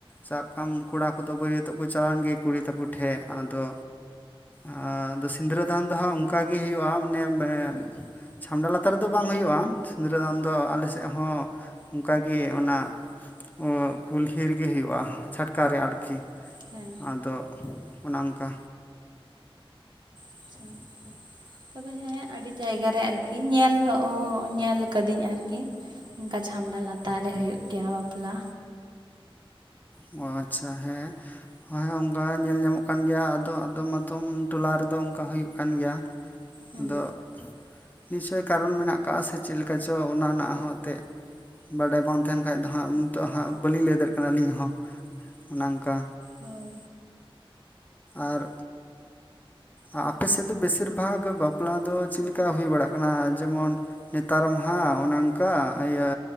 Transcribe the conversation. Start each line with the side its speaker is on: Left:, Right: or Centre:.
Left: ᱥᱟᱵᱠᱟᱢ ᱠᱚᱲᱟ ᱠᱚᱫᱚ ᱵᱟᱹᱨᱭᱟᱹᱛᱚᱜ ᱠᱚ ᱪᱟᱣᱟᱱ ᱜᱮ ᱠᱩᱲᱤ ᱛᱟᱠᱚ ᱴᱷᱮᱜ ᱟᱫᱚ ᱟᱫᱚ ᱥᱤᱸᱫᱽᱨᱟᱹᱫᱟᱱ ᱫᱚᱦᱟᱸᱜ ᱚᱝᱠᱟᱜᱮ ᱦᱩᱭᱩᱜᱼᱟ ᱢᱟᱱᱮ ᱢᱮ ᱪᱷᱟᱢᱰᱟ ᱞᱟᱛᱟᱨ ᱨᱮᱫᱚ ᱵᱟᱝ ᱦᱚᱭᱩᱜᱼᱟ, ᱥᱤᱸᱫᱽᱨᱟᱹᱫᱟᱱ ᱫᱚ ᱟᱞᱮ ᱥᱮᱜ ᱦᱚᱸ ᱩᱝᱠᱟᱜᱮ ᱚᱱᱟ ᱚᱸ ᱠᱩᱞᱦᱤ ᱨᱤᱜᱤ ᱦᱩᱭᱩᱜᱼᱟ, ᱪᱷᱟᱴᱠᱟᱨᱮ ᱟᱨᱠᱤ᱾
Right: ᱦᱮᱸ
Left: ᱟᱫᱚ ᱚᱱᱟ ᱚᱝᱠᱟ
Right: ᱟᱪᱪᱷᱟ
Left: <inaudible>
Right: ᱛᱚᱵᱮ ᱦᱮᱸ ᱟᱹᱰᱤ ᱡᱟᱭᱜᱟ ᱨᱮ ᱟᱨᱠᱤ ᱧᱮᱞ ᱦᱚᱸ ᱚᱸ ᱧᱮᱞ ᱠᱟᱹᱫᱤᱧ ᱟᱨᱠᱤ᱾ ᱩᱝᱠᱟ ᱪᱷᱟᱢᱰᱟ ᱞᱟᱛᱟᱨ ᱨᱮ ᱦᱩᱭᱩᱜ ᱜᱮᱭᱟ ᱵᱟᱯᱞᱟ᱾
Left: ᱚ ᱟᱪᱪᱷᱟ ᱦᱮᱸ ᱦᱚᱸᱶᱮ ᱚᱝᱠᱟ ᱧᱮᱞ ᱧᱟᱢᱚᱜ ᱠᱟᱱ ᱜᱮᱭᱟ ᱟᱫᱚ ᱟᱫᱚᱢ ᱟᱫᱚᱢ ᱴᱚᱞᱟ ᱨᱮᱫᱚ ᱚᱝᱠᱟ ᱦᱩᱭᱩᱜ ᱠᱟᱱ ᱜᱮᱭᱟ᱾
Right: ᱦᱩᱸ
Left: ᱟᱫᱚᱜ ᱱᱤᱥᱪᱚᱭ ᱠᱟᱨᱚᱱ ᱢᱮᱱᱟᱜ ᱠᱟᱜᱼᱟ ᱥᱮ ᱪᱤᱜ ᱞᱤᱠᱟ ᱪᱚ ᱚᱱᱟ ᱨᱮᱱᱟᱜ ᱦᱚᱸ ᱮᱛᱮᱜ᱾ ᱵᱟᱰᱟᱭ ᱵᱟᱝ ᱛᱮᱸᱦᱮᱱ ᱠᱷᱟᱡ ᱫᱚ ᱦᱟᱸᱜ ᱩᱢ ᱛᱚᱜ ᱦᱟᱸᱜ ᱵᱟᱹᱞᱤᱧ ᱞᱟᱹᱭ ᱫᱟᱲᱮᱜ ᱠᱟᱱᱟ ᱟᱹᱞᱤᱧ ᱦᱚᱸ᱾ ᱚᱱᱮ ᱚᱝᱠᱟ
Right: ᱦᱳᱭ
Left: ᱟᱨ ᱟ-ᱟᱯᱮ ᱥᱮᱜ ᱫᱚ ᱵᱮᱥᱤᱨ ᱵᱷᱟᱜᱽ ᱵᱟᱯᱞᱟ ᱫᱚ ᱪᱤᱜ ᱞᱮᱠᱟ ᱦᱩᱭ ᱵᱟᱲᱟᱜ ᱠᱟᱱᱟ? ᱡᱮᱢᱚᱱ ᱱᱮᱛᱟᱨ ᱢᱟ ᱦᱟᱸᱜ ᱚᱱᱮ ᱚᱝᱠᱟ ᱟᱹᱭᱟᱹ